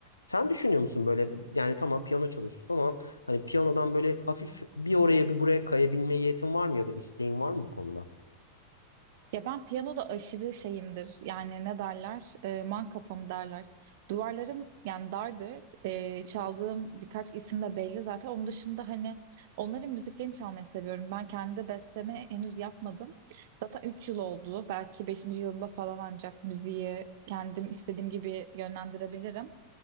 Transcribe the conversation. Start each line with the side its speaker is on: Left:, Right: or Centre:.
Left: Sen düşünüyor musun böyle yani tamam piyano çalışıyorsun ama hani piyanodan böyle hafif bir oraya bir buraya kayabilme yetin var mı ya da isteğin var mı bu konuda?
Right: Ya ben piyanoda aşırı şeyimdir. Yani ne derler? E, man kafamı derler. Duvarlarım yani dardır. E, çaldığım birkaç isim de belli zaten. Onun dışında hani onların müziklerini çalmayı seviyorum. Ben kendi besteme henüz yapmadım. Zaten 3 yıl oldu. Belki beşinci yılımda falan ancak müziği kendim istediğim gibi yönlendirebilirim.